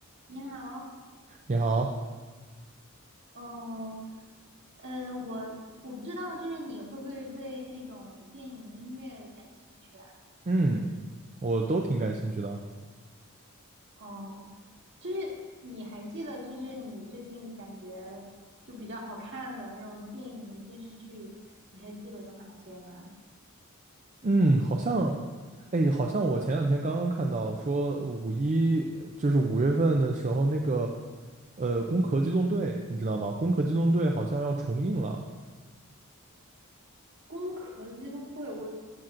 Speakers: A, on the right (about 55°); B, on the right (about 35°).
A: 你好，
B: 你好，
A: 嗯，呃，我我不知道，就是你会不会对那种电影音乐感兴趣啊？
B: 嗯，我都挺感兴趣的啊
A: 嗯，就是你还记得，就是你最近感觉就比较好看的那种电影电视剧，你还记得有哪些吗？
B: 嗯，好像，哎，好像我前两天刚刚看到说呃五一，呃就是五月份的时候，那个呃《攻壳机动队》，你知道吗？《攻壳机动队》好像要重映了，
A: 《攻壳机动队》我